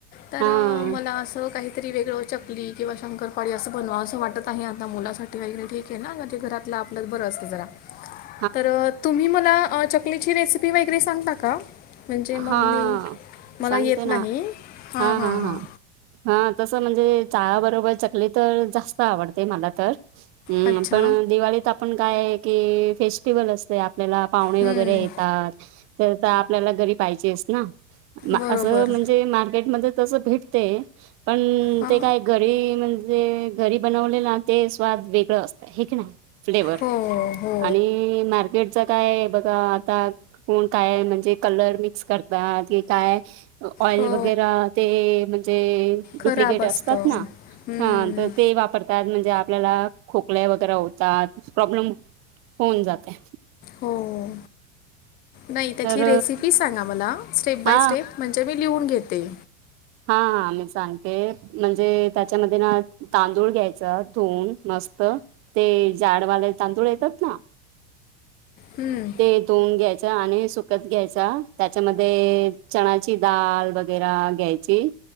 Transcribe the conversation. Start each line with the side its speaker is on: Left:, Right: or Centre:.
Left: तर
Right: हा
Left: मला असं काहीतरी वेगळं. चकली किंवा शंकरपाळी असं बनवा असं वाटत आहे. आता मुलासाठी वगैरे ठीक आहे ना, म्हणजे घरातलं आपलंच बरं असतं जरा.
Right: <inaudible>
Left: तर तुम्ही मला चकलीची रेसिपी वगैरे सांगता का. म्हणजे
Right: हा
Left: मग मी, मला
Right: सांगते
Left: येत
Right: ना
Left: नाही हां
Right: हा
Left: हां
Right: हा
Left: हां..
Right: हा हा तसं म्हणजे चहाबरोबर चकली तर जास्त आवडते मला तर. हम्म.
Left: अच्छा
Right: पण दिवाळीत आपण काय की, फेस्टिवल असते आपल्याला पाहुणे
Left: हम्म,
Right: वगैरे येतात. तर, तर आपल्याला घरी पाहिजेस ना
Left: बरोबर
Right: असं म्हणजे मार्केटमध्ये तसं भेटते, पण
Left: हां
Right: ते काय घरी म्हणजे घरी बनवले ना ते. स्वाद वेगळ असतेय हे कणी, फ्लेवर
Left: हो हो
Right: आणि मॉ <unintelligible> काय बघा आता कोण, काय आहे म्हणजे कलर मी <unintelligible> करता की काय? ऑइल
Left: हो
Right: वगैरे ते म्हणजे
Left: खराब
Right: डुप्लिकेट
Left: असतं
Right: असतात ना.
Left: हम्म
Right: हा तर ते वापरत त्यात म्हणजे आपल्याला खोकले वगैरे होतात प्रॉब्लेम होऊन जातंय.
Left: हो हो नाही. त्याची
Right: तर
Left: रेसिपी सांगा मला. स्टेप बाय
Right: हा
Left: स्टेप म्हणजे मी लिहून घेते.
Right: हां. हां. मी सांगते म्हणजे त्याच्यामध्ये ना तांदूळ घ्यायचा धुऊन मस्त. ते जाडवाले तांदूळ येतात ना?
Left: हम्म.
Right: ते धून घ्यायचा, आणि सुकत घ्यायचा. त्याच्यामध्ये चणाची डाल वगैरा घ्यायची.